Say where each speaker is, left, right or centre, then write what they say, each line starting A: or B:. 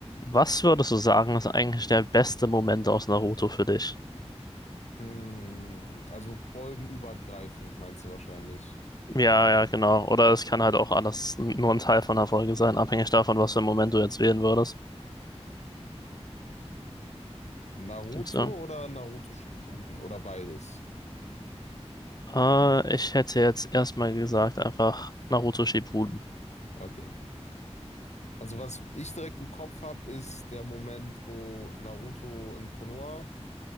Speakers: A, on the left (about 35°); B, on the left (about 80°).
A: Was würdest du sagen, ist eigentlich der beste Moment aus Naruto für dich?
B: Hm, also folgenübergreifend meinst du wahrscheinlich.
A: Ja, ja, genau. Oder es kann halt auch alles n- nur ein Teil von einer Folge sein, abhängig davon, was für einen Moment du jetzt wählen würdest.
B: Naruto
A: Gibt's irgend-
B: oder Naruto Shippuden oder beides?
A: Äh, ich hätte jetzt erstmal gesagt, einfach Naruto Shippuden.
B: Okay. Also was ich direkt im Kopf habe, ist der Moment, wo Naruto in Konoha